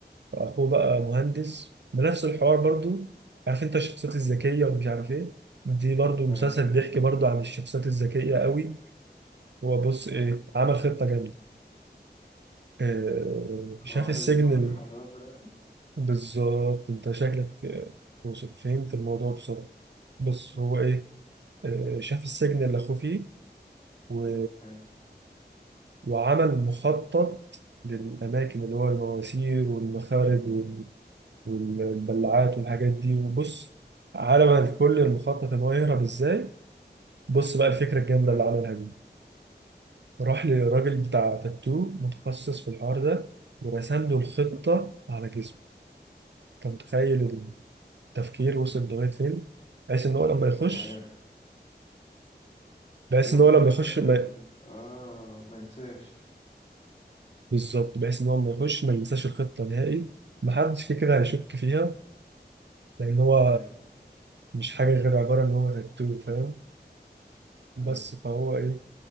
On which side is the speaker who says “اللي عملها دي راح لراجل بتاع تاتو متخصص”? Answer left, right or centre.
Right